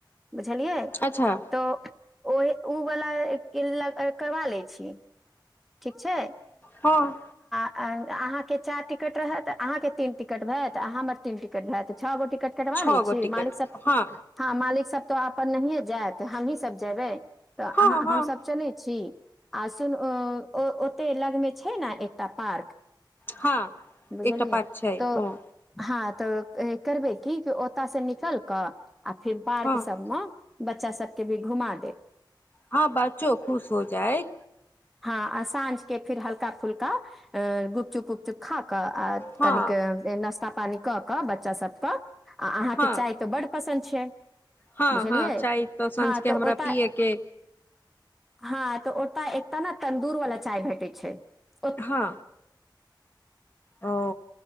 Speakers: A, in the centre; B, on the left.
A: बुझलियै
B: अच्छा
A: तऽ ओहि ओ वला करबा लै छी। ठीक छै।
B: ह।
A: अहां के चार टिकट रहत अहाँ के तीन टिकट भयत अ हमर तीन टिकट भत छ गो कटबा
B: छओ
A: लै
B: गो
A: छी
B: टिकट
A: मालिक सब
B: हँ
A: ह मालिक सब तो अपन नहिए जायत हमही सब जेबै। तऽ
B: हँ
A: अहाँ
B: हँ
A: हमसभ चलै छी। आ सुन अ ओते लगमे छै ने एकटा पार्क
B: हँ
A: बुझलियै
B: एकटा पठ छै
A: तऽ
B: ह।
A: हँ तऽ करबै की ओतयसँ निकल कऽ आ फिर पार्क
B: हँ
A: सब मे बच्चा सब के भी घुमा दे।
B: हँ बच्चो खुश हो जाय।
A: हँ आ साँझ के फिर हल्का फुल्का गुपचुपुप चुखा क आ
B: हँ
A: कनिक नाश्ता पानी क कऽ बच्चा सब कऽ आ अहाँके
B: हँ
A: चाय तऽ बड पसन्द छै
B: हँ
A: बुझलियै
B: हँ चाय तऽ सझके
A: हँ
B: हमरा
A: ओतय
B: पियएके
A: हँ तऽ ओटा तऽ ने तन्दूर वालला चाय भेटैत छै। ओत-
B: हँ। ओ।